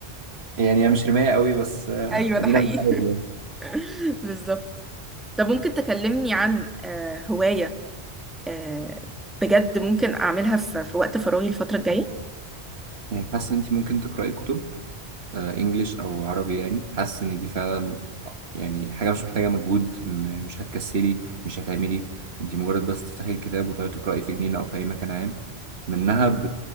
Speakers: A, on the right; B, in the centre.
A: يعني هي مش رمايه قوي بس آه،
B: <laughs> ايوه ده
A: ادينا
B: حقيقي
A: بنحاول يعني
B: <laughs> بالظبط طب ممكن تكلمني عن آه، هواية آه، بجد ممكن اعملها في في وقت فراغي الفترة الجاية
A: يعني حاسه ان انت ممكن تقراي كتب آه، انجليش او عربي يعني حاسس ان دي فعلا يعني حاجه مش محتاجه مجهود م- مش هتكسلي مش هتعملي انت مجرد بس تفتحي الكتاب وتقعدي تقراي في جنينه او في اي مكان عام منها ب...